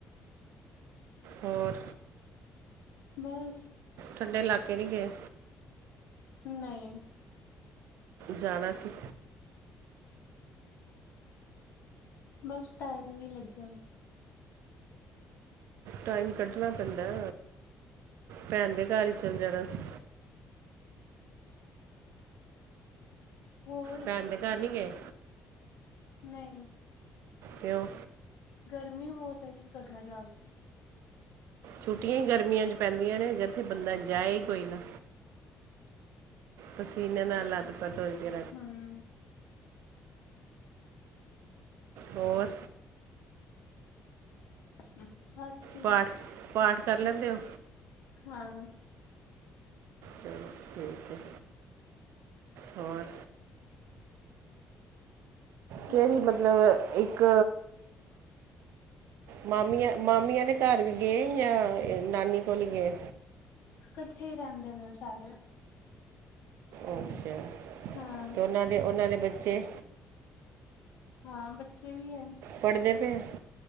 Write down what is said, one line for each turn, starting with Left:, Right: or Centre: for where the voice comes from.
Right: ਹੋਰ
Left: ਬਸ।
Right: ਠੰਡੇ ਇਲਾਕੇ ਨਹੀਂ ਗਏ।
Left: ਨਹੀਂ।
Right: ਜਾਣਾ ਸੀ।
Left: ਬਸ ਟਾਈਮ ਨੀ ਲੱਗਿਆ।
Right: ਟਾਈਮ ਕੱਢਣਾ ਪੈਂਦਾ। ਭੈਣ ਦੇ ਘਰ ਹੀ ਚੱਲ ਜਾਣਾ ਸੀ।
Left: ਹੋਰ
Right: ਭੈਣ ਦੇ ਘਰ ਨੀ ਗਏ।
Left: ਨਹੀਂ।
Right: ਕਿਓ।
Left: ਗਰਮੀ ਬਹੁਤ ਹੈ ਕਿ ਕਰਨਾ ਜਾ ਕੇ।
Right: ਛੁੱਟੀਆਂ ਹੀ ਗਰਮੀਆਂ 'ਚ ਪੈਂਦੀਆਂ ਨੇ ਜਿੱਥੇ ਬੰਦਾ ਜਾਏ ਹੀ ਕੋਈ ਨਾ। ਸਸੀਨ ਨਾ ਲਾੱ ਪਥ ਉਹਕੇ
Left: ਹਮ।
Right: ਹੋਰ
Left: ਹੂ ਬਸ। ਠੀਕ
Right: ਪਾਠ, ਪਾਠ ਕਰ ਲੈਂਦੇ ਹੋ।
Left: ਹਾਂ।
Right: ਚਲੋ ਠੀਕ ਹੈ। ਹੋਰ
Left: ਬਸ
Right: ਕਿਹੜੀ ਮਤਲਬ ਇੱਕ ਮਾਮੀ, ਮਮਿਆ ਦੇ ਘਰ ਵੀ ਗਏ ਜਾਂ ਨਾਨੀ ਕੋਲ ਗਏ।
Left: ਇਕੱਠੇ ਰਹਿੰਦੇ ਨੇ ਸਾਰੇ।
Right: ਅੱਛਾ।
Left: ਹਾਂ
Right: ਤੇ ਉਹਨਾਂ ਦੇ ਉਹਨਾਂ ਦੇ ਬੱਚੇ
Left: ਹਾਂ। ਬੱਚੇ ਵੀ ਹੈ।
Right: ਪੜ੍ਹਦੇ ਪਏ।